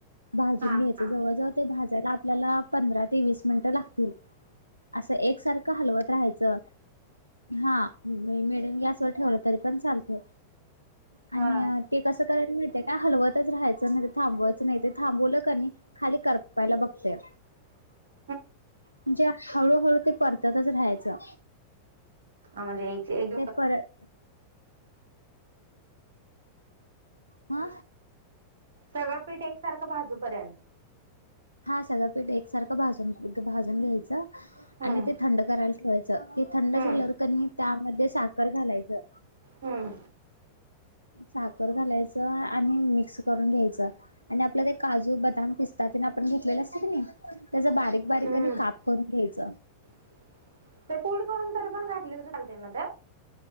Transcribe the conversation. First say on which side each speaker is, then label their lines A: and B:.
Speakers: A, on the right; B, on the right.
A: भाजून
B: हा हा
A: घ्यायचं जवळजवळ ते भाजायला आपल्याला पंधरा ते वीस मिनटं लागतील. असं एकसारखं हलवत राहायचं. हा मॅडम गॅसवर ठेवलं तरी पण चालते. आणि
B: हा
A: ते कसं. रायला का हलवतच राहायचं नाही थांबवायचं नाही ते थांबवलं क खाली करपायला बघते.
B: <unintelligible>
A: म्हणजे हळूहळू ते परततच राहायचं.
B: आ म्हणजे एक एक.
A: ते परत हा.
B: सगळं पीठ एकसारखं भाजूपर्यंत.
A: हा सगळं पीठ एकसारखं भाजून भाजून घ्यायचं
B: हम्म
A: आणि ते थंड करायला ठेवायचं. ते थंड
B: हम्म
A: झाल्यावर क त्यामध्ये साखर घालायचं.
B: हम्म
A: साखर घालायचं आणि मिक्स करून घ्यायचं आणि आपल्या ते काजू बदाम पिस्तात. आपण घेतले अस क त्याच बारीक बारीक
B: हम्म
A: काप करून घ्यायच.
B: <unintelligible> करून तरी पण घातली तर चालते ना तर.